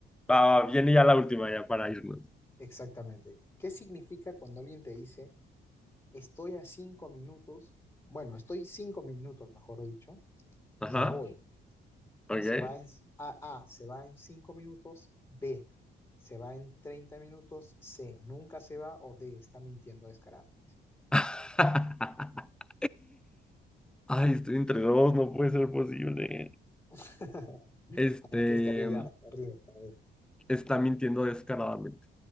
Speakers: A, in the centre; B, on the left.
A: Va, va,
B: Y
A: viene ya la última, ya para irnos.
B: Exactamente. ¿Qué significa cuando alguien te dice, estoy a cinco minutos? Bueno, estoy cinco minutos, mejor dicho,
A: Ajá,
B: y me voy.
A: ok.
B: Se va en A, A, se va en 5 minutos, B, se va en 30 minutos, C, nunca se va o D, está mintiendo descaradamente.
A: <laughs> Ay, estoy entre dos, no puede ser posible.
B: <laughs>
A: Este,
B: Vamos, tienes que arriesgarte, arriesgarte. a ver.
A: está mintiendo descaradamente.